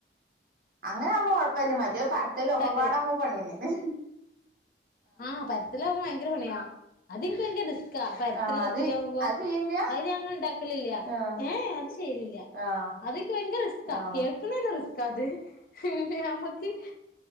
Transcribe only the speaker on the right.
അങ്ങന ആവുമ്പോ കൊഴപ്പല്ല മറ്റേ പര് ത്തലും
ഒക്ക പാട ആവുമ്പം പണിയേന്നെണ്
ആഹ്
അത് അത് ചെയ്യല്ല
ആഹ്
ആഹ്
ആഹ്